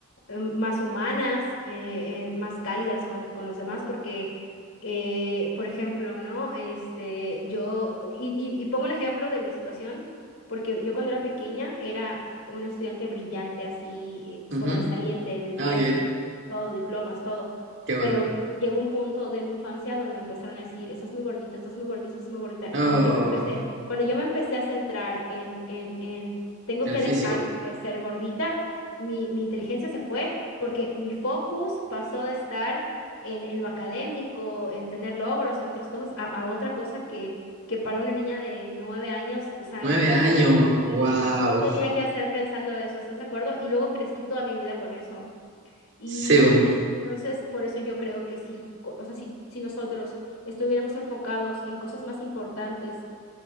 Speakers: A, on the left; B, on the right.
A: em, más humanas, eh, eh, más cálidas con, con los demás, porque, eh, por ejemplo, ¿no? Este, yo, y, y y pongo el ejemplo de mi situación, porque yo cuando era pequeña era... un estudiante brillante, así eh,
B: ujú.
A: sobresaliente, de 10
B: Ah, qué,
A: todo, diplomas, todo.
B: qué bueno.
A: Pero llegó un punto de mi infancia donde me empezaron a decir, estás muy gordita, estás muy gordita, estás muy gordita. Y
B: Oh,
A: cuando yo me empecé, cuando yo me empecé a centrar en, en, en, tengo
B: el
A: que
B: físico.
A: dejar de ser gordita, mi, mi inteligencia se fue porque mi focus pasó de estar en, en lo académico, en tener logros, en otras cosas, a, a otra cosa que, que para una niña de nueve años, o sea,
B: Nueve
A: que,
B: años.
A: que, te- que sí,
B: Wow.
A: ¿qué tenía que hacer pensando eso? ¿Estás de acuerdo? Y luego crecí toda mi vida con eso. Y,
B: Sebo,
A: y entonces, por eso yo creo que si, co- o sea, si, si nosotros estuviéramos enfocados en cosas más importantes